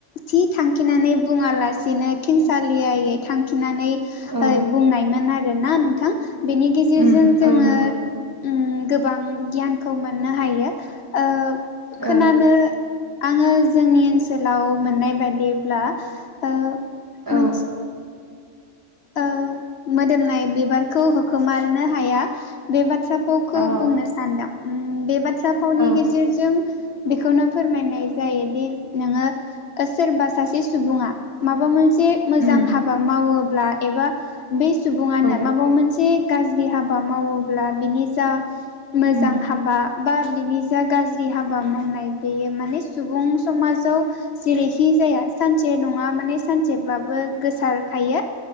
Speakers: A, on the left; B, on the right.
A: थि थांखिनानै बुङा लासिनो खेंसालियै थांखि नानै ओ
B: औ
A: बुंनायमोन आरोना नोंथां बेनि गेजेरजों
B: उम
A: जोङो
B: औ नंगौ
A: ओम गोबां गियानखौ मोन्नो हायो ओ। खोनानो।
B: औ
A: आङो जोंनि ओनसोलाव मोननाय बायदिब्ला ओ।
B: औ।
A: मोनसे ओ मोदोमनाय बिबारख होखोमारनो हाया बे बाथ्रा। खौ खो
B: औ
A: बुंनो सानदां। ओम बेबा दाफावनि
B: औ
A: गेजेरजों। बेखौनो फोरमायनाय जायोदि नोङो ओ सोरबा सासे सुबुङा माबा मोन्स। से मोजां
B: उम
A: हाबा मावोब्ला। एबा। बे सुबुङानो
B: औ
A: माबा मोनसे। गाज्रि हाबा मावोब्ला बिनि जा। मोजां
B: उम
A: हाबा। बा बिनि जा गाज्रि हाबा मावनाय बेयो माने सुबुं समाजाव जेरैखि जाया सानसे नङा माने सानसेब्लाबो गोसारखायो।